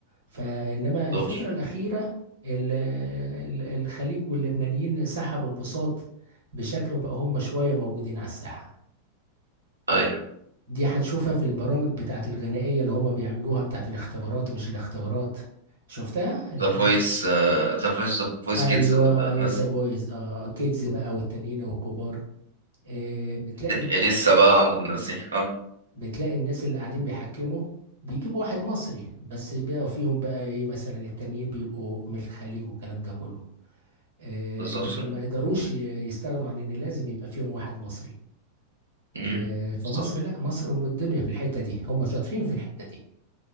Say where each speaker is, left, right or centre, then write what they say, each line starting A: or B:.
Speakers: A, on the right; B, on the right.
A: فانما الفترة
B: دور
A: الأخيرة ال- ال- الخليج واللبنانيين سحبوا البساط بشكل وبقى هم شوية موجودين على الساحة
B: ايوه
A: دي هتشوفها في البرامج بتاعت الغنائية اللي هم بيعملوها بتاعت الاختبارات مش الاختبارات شفتها الحاجات
B: ذا فويس
A: ال-
B: ذا فويس ذا فويس
A: ايوه
B: كيدز ولا
A: ايوه
B: الناس
A: ذا
B: دي
A: فويس اه كيدز بقى والتانيين والكبار آه، بتلاقي
B: ولسه بقى والناس دي اه
A: بتلاقي الناس اللي قاعدين بيحكموا بيجيبوا واحد مصري بس بقى فيهم بقى ايه مثلا التانيين بيبقوا من الخليج والكلام ده كله آه
B: بالظبط
A: لكن ما قدروش ي- يستغنوا عن ان لازم يبقى فيهم واحد مصري
B: مم.
A: آه فمصر
B: بالظبط
A: لا مصر ام الدنيا في الحتة دي هم شاطرين في الحتة دي